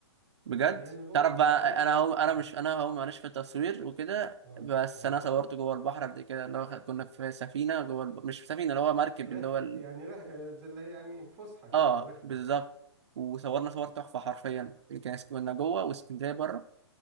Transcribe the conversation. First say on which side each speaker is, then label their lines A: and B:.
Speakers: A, on the right (about 75°); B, on the right (about 35°).
A: بجد
B: لأن جوه
A: تعرف بقى
B: لأن
A: انا هو انا
B: اه
A: مش انا هو معلش في التصوير وكده
B: اه
A: بس
B: آه.
A: انا صورت جوه البحر قبل كده اللي هو كنا في سفينه جوه الب... مش في سفينه اللي هو مركب
B: رح
A: اللي هو ال...
B: يعني رح زي اللي هي يعني فسحة كده
A: اه
B: أو رحلة
A: بالظبط وصورنا صور تحفه حرفيا اللي كان كنا جوه واسكندريه بره